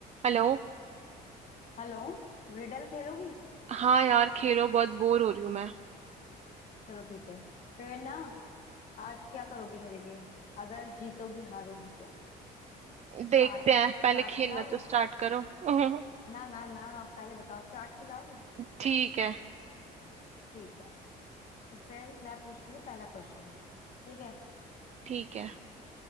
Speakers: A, on the right; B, on the left.
A: Hello
B: Hello Riddle खेलोगी
A: हाँ यार खेलो बहुत बोर हो रही हूँ मैं
B: चलो ठीक है फिर ना आज क्या करोगी मेरे लिए अगर जीतोगी हारोगी तो
A: देखते
B: चाट
A: हैं पहले
B: चाट
A: खेलना
B: खिलाओगे
A: तो स्टार्ट करो <laughs> हम्म,
B: ना ना ना पहले बताओ चाट खिलाओगी
A: ठीक है
B: ठीक है तो फिर मैं पूछती हूँ पहला क्वेश्चन ठीक है
A: ठीक है